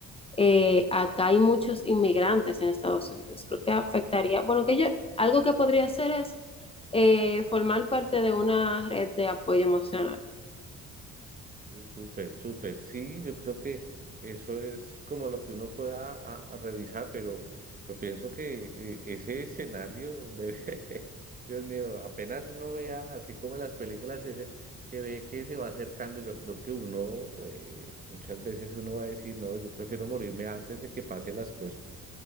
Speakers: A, on the left; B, on the right.
A: eh, acá hay muchos inmigrantes en Estados Unidos. Creo que afectaría, bueno, que yo, algo que podría hacer es eh, formar parte de una red de apoyo emocional.
B: Uh, súper, súper. Sí, yo creo que eso es como lo que uno pueda a- a revisar, pero yo pienso que eh, ese escenario debe, <laughs> Dios mío, apenas uno vea, así como en las películas, ese que ve que se va acercando, yo creo que uno, eh, muchas veces uno va a decir, no, yo prefiero morirme antes de que pasen las cosas.